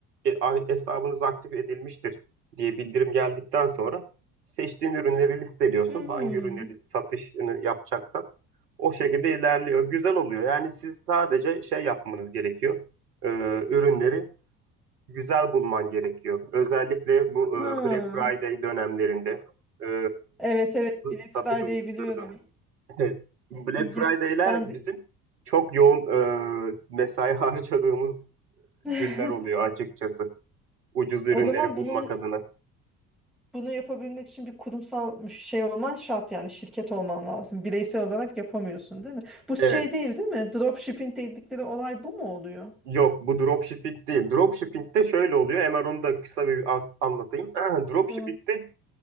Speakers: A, on the right (about 80°); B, in the centre.
A: e, hesabınız aktif edilmiştir diye bildirim geldikten sonra seçtiğin ürünleri listeliyorsun.
B: Hmm.
A: Hangi ürünleri satışını yapacaksan o şekilde ilerliyor. Güzel oluyor. Yani siz sadece şey yapmanız gerekiyor. E, ürünleri güzel bulman gerekiyor. Özellikle bu e,
B: Ha.
A: Black Friday dönemlerinde e,
B: Evet evet Black
A: satış
B: Friday'i
A: oldukları
B: biliyorum.
A: dönemlerinde Evet. Black
B: İngiliz
A: Friday'ler
B: ben de
A: bizim çok yoğun e, mesai <laughs> harcadığımız
B: <laughs>
A: günler oluyor açıkçası. Ucuz ürünleri
B: O zaman
A: bulmak
B: bunun
A: adına.
B: Bunu yapabilmek için bir kurumsal müş- şey olman şart yani şirket olman lazım. Bireysel olarak yapamıyorsun değil mi? Bu şey
A: Evet.
B: değil değil mi? Dropshipping dedikleri olay bu mu oluyor?
A: Yok bu dropshipping değil. Dropshipping'de şöyle oluyor. Hemen onu da kısa bir a- anlatayım. <clears throat> Dropshipping'de
B: Hı.